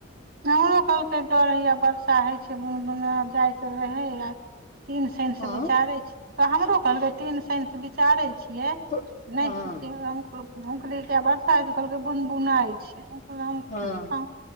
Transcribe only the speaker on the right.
हमरो कहलकै डर हइया वर्षा होइ छै बुन बुने जायके रहै अ तीन शनस
विचारे छी हमरो कहलै तीन शनस विचारे छियै।
नहि
मकली तऽ बाद काज कलके बुन बुनाइ छै ओकऽ